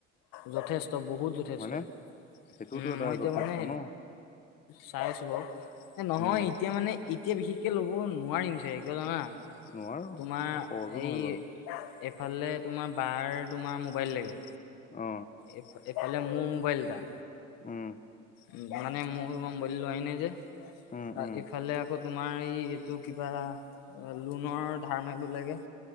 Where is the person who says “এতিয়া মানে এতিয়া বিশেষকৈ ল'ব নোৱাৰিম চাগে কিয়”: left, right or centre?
Left